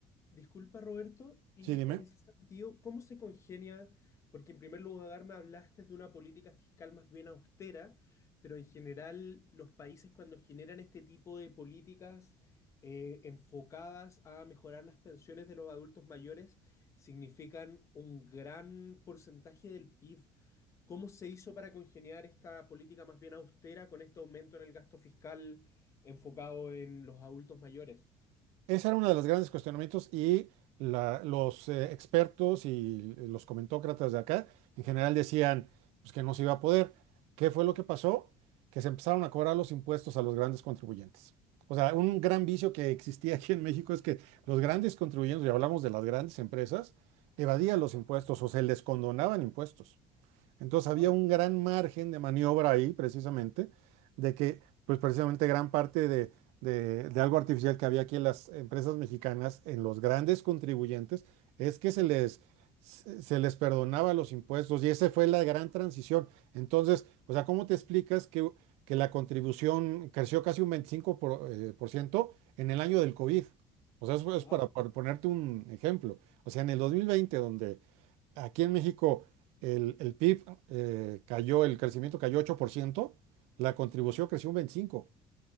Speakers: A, on the left (about 30°); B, on the right (about 85°).
A: Disculpa, Roberto, y
B: Sí, dime.
A: en ese sentido, ¿cómo se congenia? Porque en primer lugar me hablaste de una política fiscal más bien austera, pero en general los países cuando generan este tipo de políticas eh, enfocadas a mejorar las pensiones de los adultos mayores significan un gran porcentaje del PIB. ¿Cómo se hizo para congeniar esta política más bien austera con este aumento en el gasto fiscal enfocado en los adultos mayores?
B: Ese era uno de los grandes cuestionamientos y la- los eh, expertos y los comentócratas de acá en general decían pues, que no se iba a poder. ¿Qué fue lo que pasó? Que se empezaron a cobrar los impuestos a los grandes contribuyentes. O sea, un gran vicio que existía aquí en México es que los grandes contribuyentes, y hablamos de las grandes empresas, evadían los impuestos o se les condonaban impuestos. Entonces
A: Wow,
B: había un gran margen de maniobra ahí, precisamente, de que, pues precisamente gran parte de, de- de algo artificial que había aquí en las empresas mexicanas, en los grandes contribuyentes, es que se les, se se les perdonaba los impuestos y esa fue la gran transición. Entonces, o sea, ¿cómo te explicas que, que la contribución creció casi un 25 por, eh, por ciento en el año del COVID? O sea, eso es
A: wow,
B: para para ponerte un ejemplo. O sea, en el dos mil veinte donde Aquí en México el, el PIB eh, cayó, el crecimiento cayó 8%, la contribución creció un 25%.